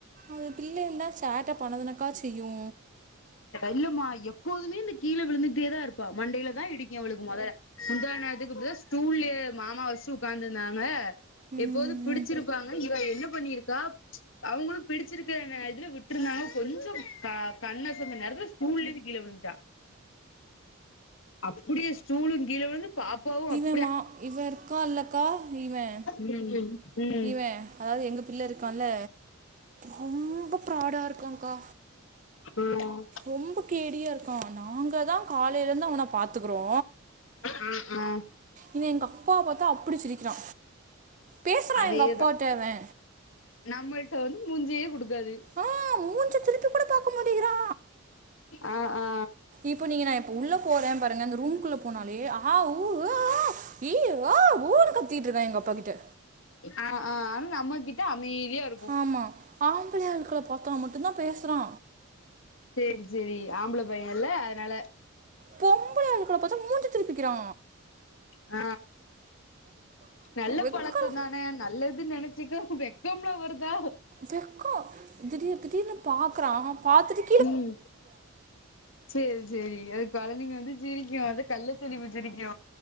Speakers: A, on the right; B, on the left.
A: அது பிள்ளைல்லா சேட்ட பண்ணதானக்கா செய்யு
B: இல்லம்மா எப்போதுமே இந்த கீழ விழுந்துகிட்டேதாருப்பா மண்டைல தா இடிக்கு இவளுக்கு மொதல முந்தா நேத்துக்கு இப்டிதா ஸ்டூல்லயே மாமா வச்சுட்டு உக்காந்துருந்தாங்க
A: ம்,
B: எப்போது பிடிச்சிருப்பாங்க இவ என்ன பண்ணிருக்கா அவங்களு பிடிச்சிருக்க நே இதுல விட்டுருந்தாங்க கொஞ்சோ க கண்ணசந்த நேரத்துல ஸ்டூல்ல இருந்து கீழே விழுந்துட்டா அப்டியே ஸ்டூலு கீழ விழுந்து பாப் பாவு அப்
A: என்னமா இவே இருக்கா இல்லக்கா இவே
B: ம் ம்
A: இவே அதாவது எங்க பிள்ள இருக்கான்ல ரொம்ப ப்ராடா இருக்காக்கா
B: ம்
A: ரொம்ப கேடியா இருக்கா நாங்க தா காலேல இருந்து அவன பாத்துக்குறோ
B: ஆ ஆ
A: இவே எங்க அப்பாவ பாத்தா அப்டி சிரிக்கிறா பேசுறா
B: அதேதா
A: எங்க அப்பாட்ட இவே
B: நம்மள்ட்ட வந்து மூஞ்சயே குடுக்காது
A: ஆ மூஞ்ச திரிப்பி கூட பாக்க மாட்டேகிறா
B: ஆ ஆ
A: இப்ப நீங்க நா இப்ப உள்ள போறே பாருங்க அந்த ரூமுக்குள்ள போனாலே ஆ உ ஏ ஏ இ ஓ ஊன்னு கத்திகிட்டுருந்தா எங்க அப்பாகிட்ட
B: ஆ ஆ ஆன்னு நம்மகிட்ட அமைதியா இருக்
A: ஆமா ஆம்பள ஆளுக்கள பாத்தா மட்டுந்தா பேசுறா
B: சேரி சேரி ஆம்பள பையே இல்ல அதனால
A: பொம்பள ஆளுகள பாத்தா மூஞ்ச திருப்பிக்கிறா
B: ஆ நல்ல
A: வெக்கலாம்
B: பழக்கந்தான நல்லதுன்னு நினைச்சுக்கோ வெக்கம்லா வருதா
A: வெக்கம் திடீர் திடீர்னு பாக்குறா பாத்துட்டு
B: ம் சேரி சேரி அது கொழந்தைங்க வந்து சிரிக்கு அது கள்ள சிரிப்பு சிரிக்கு